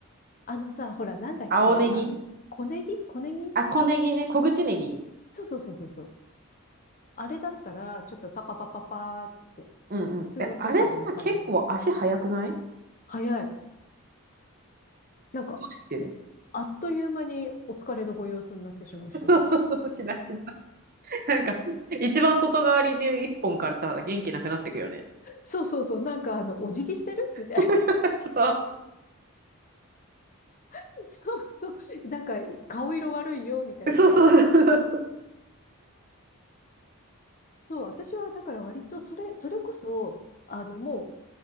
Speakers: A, on the left; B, on the right.
A: あのさ、ほら、なんだっけ、
B: 青ネギ
A: あの、小ネギ小ネギ
B: あ、小ネギね。小口ネギ。
A: そうそうそうそうそう。あれだったら、ちょっとパパパパパーって、
B: うんうん。
A: 普通のスーパーでも買える
B: え、あれさ、結構足速くないど
A: 早い。なんか、
B: うしてる
A: あっという間にお疲れのご様子になってしまうし。
B: <laughs> そうそうそう、しなしな。なんか、一番外側にいる一本からさ、元気なくなってくよね。
A: そうそうそう。なんか、あの、お辞儀してるみたいな。
B: <laughs> そ
A: <laughs> そうそう。なんか、顔色悪いよ、みたいな。
B: うそうそうそうそう。
A: そう、私は、だから割と、それ、それこそ、あの、もう、